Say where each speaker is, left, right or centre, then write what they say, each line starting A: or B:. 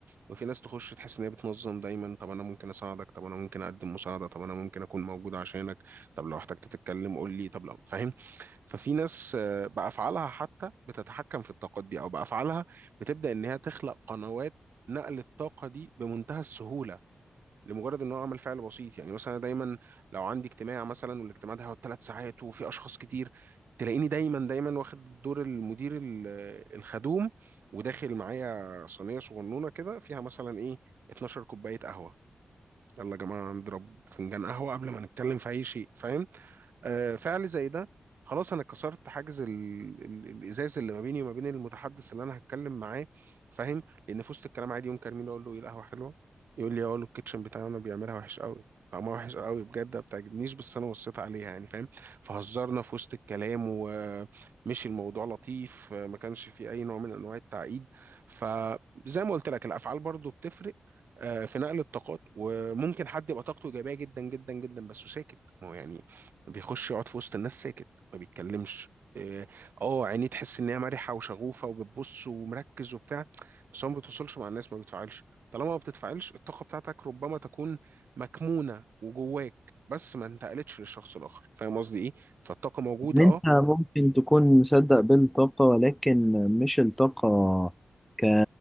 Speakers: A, on the right; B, in the centre.
A: وفي ناس تخش تحس ان هي بتنظم دايما طب انا ممكن اساعدك طب انا ممكن اقدم مساعده طب انا ممكن اكون موجود عشانك طب لو احتجت تتكلم قول لي طب لو فاهم ففي ناس آه، بافعالها حتى بتتحكم في الطاقات دي او بافعالها بتبدا ان هي تخلق قنوات نقل الطاقه دي بمنتهى السهوله لمجرد ان هو عمل فعل بسيط يعني مثلا دايما لو عندي اجتماع مثلا والاجتماع ده هيقعد ثلاث ساعات وفي اشخاص كتير تلاقيني دايما دايما واخد دور المدير ال- الخدوم وداخل معايا صينيه صغنونه كده فيها مثلا ايه 12 كوبايه قهوه يلا يا جماعه نضرب فنجان قهوه قبل ما نتكلم في اي شيء فاهم آه، فعل زي ده خلاص انا كسرت حاجز ال... ال... الازاز اللي ما بيني وما بين المتحدث اللي انا هتكلم معاه فاهم لان في وسط الكلام عادي ينكر مين اقول له ايه القهوه حلوه يقول لي "آه، اقول له الكيتشن بتاعنا بيعملها وحش قوي طعمها وحش قوي بجد ما بتعجبنيش بس انا وصيت عليها يعني فاهم فهزرنا في وسط الكلام ومشي الموضوع لطيف آه، ما كانش فيه اي نوع من انواع التعقيد فزي ما قلت لك الافعال برضو بتفرق آه، في نقل الطاقات وممكن حد يبقى طاقته ايجابيه جدا جدا جدا بس ساكت ما هو يعني بيخش يقعد في وسط الناس ساكت ما بيتكلمش إيه، اه عينيه تحس ان هي مرحه وشغوفه وبتبص ومركز وبتاع بس هو ما بتوصلش مع الناس ما بيتفاعلش طالما ما بتتفاعلش الطاقه بتاعتك ربما تكون مكمونه وجواك بس ما انتقلتش للشخص الاخر فاهم قصدي ايه فالطاقه موجوده
B: إن أنت
A: اه
B: ممكن تكون مصدق بالطاقة ولكن مش الطاقة ك...